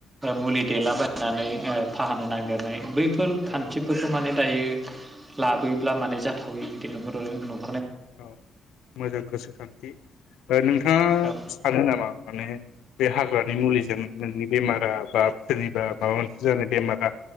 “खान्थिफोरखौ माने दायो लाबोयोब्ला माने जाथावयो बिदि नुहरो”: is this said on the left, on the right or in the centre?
Right